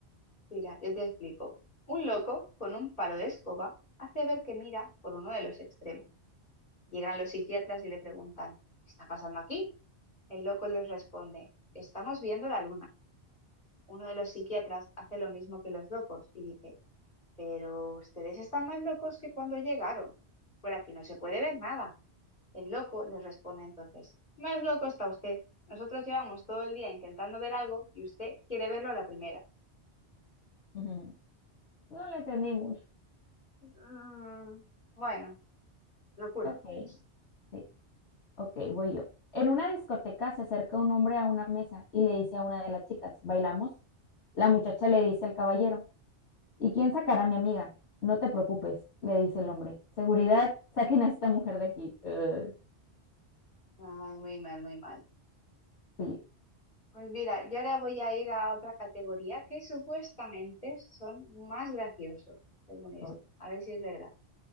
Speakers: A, on the left; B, on the left.
A: Mira, yo te explico. Un loco con un palo de escoba hace ver que mira por uno de los extremos. Llegan los psiquiatras y le preguntan, ¿qué está pasando aquí? El loco les responde, estamos viendo la luna. Uno de los psiquiatras hace lo mismo que los locos y dice, pero ustedes están más locos que cuando llegaron. Por aquí no se puede ver nada. El loco les responde entonces, más loco está usted. Nosotros llevamos todo el día intentando ver algo y usted quiere verlo a la primera.
B: <laughs> No le entendí mucho.
A: Mm, bueno, locura.
B: Ok,
A: <laughs>
B: sí, ok, voy yo. En una discoteca se acerca un hombre a una mesa y le dice a una de las chicas, ¿bailamos? La muchacha le dice al caballero, ¿Y quién sacará a mi amiga? No te preocupes, le dice el hombre. Seguridad, saquen a esta mujer de aquí. Eh,
A: Ay, muy mal, muy mal.
B: sí.
A: Pues mira, yo ahora voy a ir a otra categoría que supuestamente son más graciosos, según esto.
B: ok.
A: A ver si es verdad.